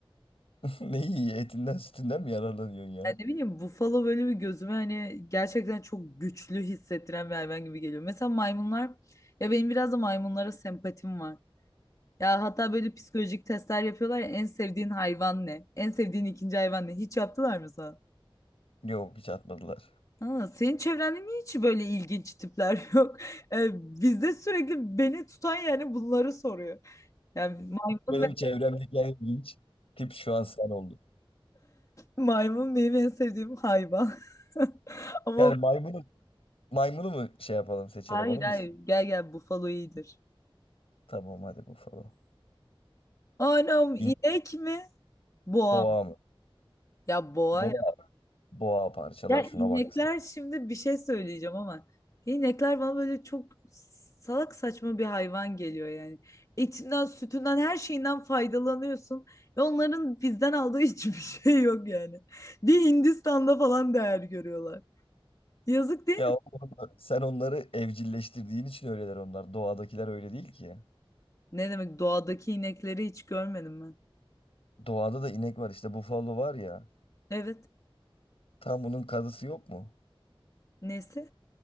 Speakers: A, on the left; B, on the left.
A: <laughs> Ne iyi etinden sütünden mi yararlanıyorsun ya?
B: Yani ne bileyim buffalo böyle bir gözüme hani gerçekten çok güçlü hissettiren bir hayvan gibi geliyor. Mesela maymunlar ya benim biraz da maymunlara sempatim var. Ya hatta böyle psikolojik testler yapıyorlar ya en sevdiğin hayvan ne? En sevdiğin ikinci hayvan ne? Hiç yaptılar mı sana?
A: Yok hiç atmadılar.
B: Aa, senin çevrende niye hiç böyle ilginç tipler <laughs> yok? Ee, bizde sürekli beni tutan yani bunları soruyor. Yani maymun
A: Benim
B: ve
A: çevremdeki en ilginç tip şu an sen oldun.
B: maymun benim en sevdiğim hayvan. <laughs> Ama
A: Yani maymunu maymunu mu şey yapalım seçelim
B: Hayır
A: onu
B: hayır
A: mu istiyorsun?
B: gel gel bufalo iyidir.
A: Tamam hadi bufalo.
B: Anam
A: İn,
B: inek mi? Boğa
A: boğa
B: mı?
A: mı?
B: Ya boğa
A: Boğa,
B: ya.
A: boğa parçalar
B: Ya
A: şuna
B: inekler
A: baksana.
B: şimdi bir şey söyleyeceğim ama inekler bana böyle çok salak saçma bir hayvan geliyor yani. Etinden, sütünden, her şeyinden faydalanıyorsun. Ve onların bizden aldığı <laughs> hiçbir şey yok yani. Bir Hindistan'da falan değer görüyorlar. Yazık değil
A: Ya
B: mi?
A: oğlum, sen onları evcilleştirdiğin için öyleler onlar. Doğadakiler öyle değil ki.
B: Ne demek doğadaki inekleri hiç görmedim ben.
A: Doğada da inek var işte bufalo var ya.
B: Evet.
A: Tam bunun karısı yok mu?
B: Nesi?